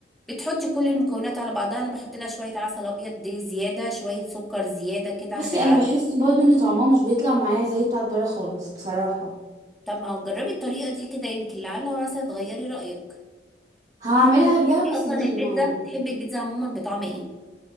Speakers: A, in the centre; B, on the right.
A: بتحطي كل المكونات على بعضها أنا بحط لها شوية عسل أبيض دي زيادة شوية سكر زيادة كده
B: بصي
A: خ- على
B: انا بحس برضو ان طعمها مش بيطلع معايا زي بتاعت بره خالص بصراحة
A: طب ما جربي الطريقة دي كده يمكن لعلها واسع تغيري رأيك
B: هعملها
A: بتحبي
B: بيها بس
A: اصلا
B: مش
A: البيتزا
B: النهاردة
A: بتحبي البيتزا عموما بطعم ايه